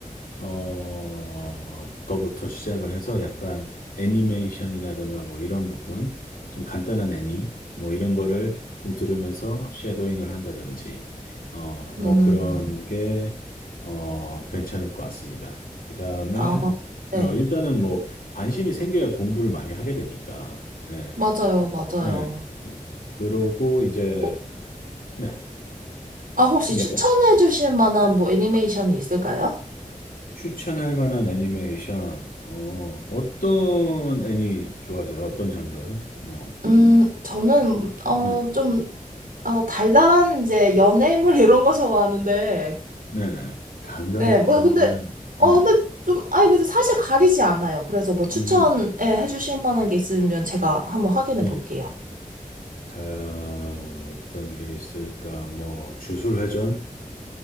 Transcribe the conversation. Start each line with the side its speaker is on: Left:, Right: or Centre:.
Left: 어, 거부터 시작을 해서 약간 애니메이션이라든가 뭐 이런 부분, 좀 간단한 애니, 뭐 이런 거를 좀 들으면서 쉐도잉을 한다든지, 어,
Right: 음,
Left: 뭐 그런 게, 어, 괜찮을 것 같습니다. 그 다음에,
Right: 아, 네.
Left: 어, 일단은 뭐 관심이 생겨야 공부를 많이 하게 되니까, 예,
Right: 맞아요, 맞아요.
Left: 예. 그러고 이제,
Right: 어,
Left: 네,
Right: 아, 혹시
Left: 좀
Right: 추천해
Left: 약간
Right: 주실 만한 뭐 애니메이션이 있을까요?
Left: 추천할 만한 애니메이션, 어, 어떤 애니 좋아하세요? 어떤 장르? 뭐,
Right: 음, 저는, 어,
Left: 네,
Right: 좀, 어, 달달한 이제 연애물 <laughs> 이런 거 좋아하는데,
Left: 네, 네. 단단한,
Right: 네, 뭐,
Left: 단단한,
Right: 근데, 어,
Left: 네,
Right: 근데 좀, 아니, 근데 사실 가리지 않아요. 그래서 뭐 추천해
Left: 음,
Right: 주실 만한 게 있으면 제가 한번 확인해
Left: 네.
Right: 볼게요.
Left: 다, 어떤 게 있을까? 뭐, 주술회전?